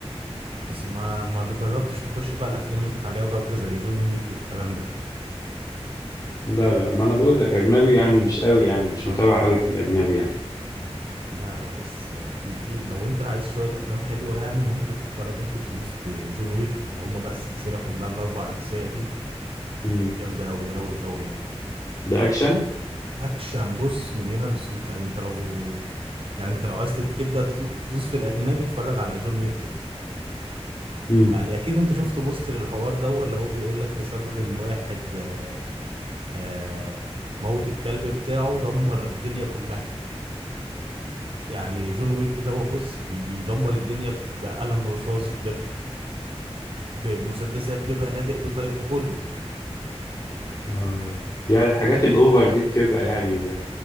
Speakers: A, on the right; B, on the left.
A: بس ما ما جربتش تخش بقى الافلام اللي كانت عليها ضجة زي جون ويك والكلام ده
B: لا لا ما أنا بقول لك أجنبي يعني مش قوي يعني مش
A: اه
B: متابع قوي في الأجنبي يعني
A: لا لا بس آه، في في لو انت عايز شوية افلام حلوة يعني ممكن تتفرج ممكن تدوس بجون ويك اللي هم بقى السلسلة كلها الاربع اجزاء دي
B: مم.
A: جامدة اوي اوي اوي يعني
B: ده أكشن
A: اكشن بص من هنا لس انت انت لو يعني انت لو عايز تت- تبدأ تدو- تدوس في الاجنبي اتفرج على جون ويك كده
B: مم.
A: يعني اكيد انت شفت بوست للحوار ده هو اللي هو بيقول لك بسبب ان واحد آه آه موت الكلب بتاعه دمر الدنيا كلها يعني جون ويك ده هو بص بي- بيدمر الدنيا بقلم رصاص ب- بمسدسات ببنادق بطيق بكله
B: آه. يعني الحاجات الأوفر دي بتبقى يعني ب...